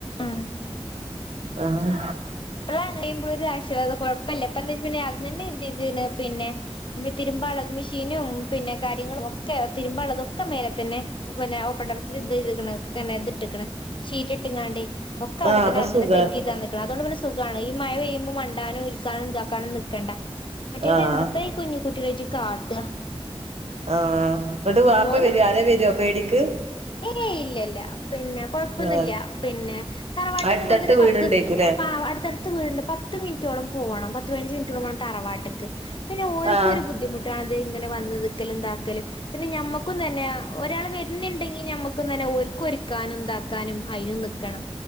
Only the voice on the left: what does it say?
ഉം
ഇപ്പഴാണങ്കിപ്പോരു ആശ്വാസ. കൊഴപ്പല്ല ഇപ്പന്തേച്ചാ പിന്നെ അർജന്റ് <unintelligible> പിന്നെ ന്നെ തിരുമ്പാളത് മിഷീനും പിന്നെ കാര്യങ്ങളും ഒക്കെ തിരുമ്പാള്ളതൊക്കെ മേലതന്നെ പിന്നെ ഓപ്പൺ ടെറസില് ഇതീത്ക്ക്‌ണ് പിന്നെ ഇത് ഇട്ട്ക്ക്‌ണ് ഷീറ്റ് ഇട്ടിങ്ങാണ്ടേ. ഒക്കെ അവടതന്നെ
അതിനെ
സെറ്റീതത്. ക്ക്‌ണ്. അതോണ്ട് പിന്നെ സുഖാണ്. ഈ മഴ പെയ്യുമ്പോ മണ്ടാനും ഇരിക്കാനും ഇതാക്കാനും നിക്കണ്ട. മറ്റേത്
എന്ത്‌ത്താ കുഞ്ഞി കുട്ടിയേളേയ്ട്ട് കാട്ട
മോന്
ഏയ് ഇല്ലല്ല പിന്നെ കൊഴപ്പൊന്നില്ല.
പിന്നെ തറവാട്ട്ക്ക്
ഇവ്ട്ന്നൊരു
പത്ത് പ്പാ അടുത്തട്ത്ത് വീട്ണ്ട് പത്ത് മിനിറ്റോളം പോവണം. പത്ത് പതിനഞ്ച് മിൻറ്റോളം വാണം തറവാട്ട്ക്ക്. പിന്നെ ഓൽക്കൊരു
ബുദ്ധിമു ട്ടാണ്. ഇത് ഇങ്ങനെ വന്ന് നിക്കലും താക്കലും. പിന്നെ ഞമ്മക്കും തന്നെ ഒരാള് വര്ണ്ണ്ടെങ്കില് ഇനി ഞമ്മക്കും തന്നെ ഓൽക്കൊരുക്കാനും ഇതാക്കാനും അയ്നും നി ക്കണം.